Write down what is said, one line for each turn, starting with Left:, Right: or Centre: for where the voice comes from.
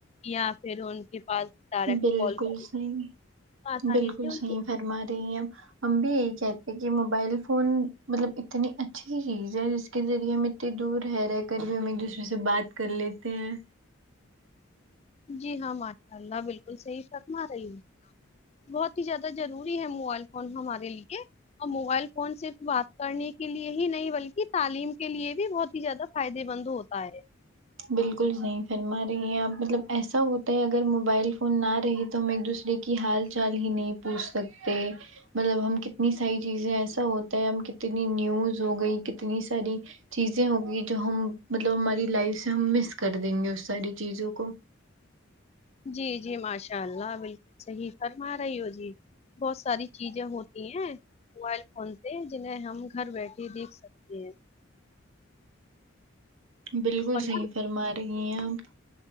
Left: یا پھر ان کے پاس ڈائریکٹ
Right: بالکل
Left: کال کر
Right: صحیح
Left: آسانی
Right: بالکل
Left: سے ان
Right: صحیح
Left: کی-
Right: فرما رہی ہےآپ ہم بھی یہی کہتے ہیں کہ موبائل فون مطلب اتنی اچھی چیز ہے جس کے ذریعے ہمیں اتنی دور ہے رہ کر بھی ہم ایک دوسرے سے بات کر لیتے ہیں
Left: جی ہاں ماشا اللہ بالکل صحیح فرما رہی ہے بہت ہی زیادہ ضروری ہین مبآ ئل فون ہمارے لیے اور موبائل فون سرف بات کرنے کے لیے ہی نہیں بلکہ تعلیم کے لیے بھی بہت ہی زیادہ فائدے مند ہوتا ہے
Right: بالکل صحیح فرما رہی ہیں آپ مطلب ایسا ہوتا ہے اگر موبائل فون نہ رہے تو ہم ایک دوسرے کی حال چال ہی نہیں پوچھ سکتے مطلب ہم کتنی ساری چیزیں ایسا ہوتا ہے ہم کتنی نیوز ہو گئی کتنی ساری چیزیں ہوگی جو ہم مطلب ہماری لائف سے ہم مس کر دیں گے اس ساری چیزوں کو
Left: جی جی ماشاء اللہ بالکل صحیح فرما رہی ہو جی بہت ساری چیزیں ہوتی ہیں موبائل فون پہ جنہیں ہم گھر بیٹھے دیکھ سکتے ہیں
Right: بالکل
Left: اور نا
Right: صحیح فرما رہی ہیں آپ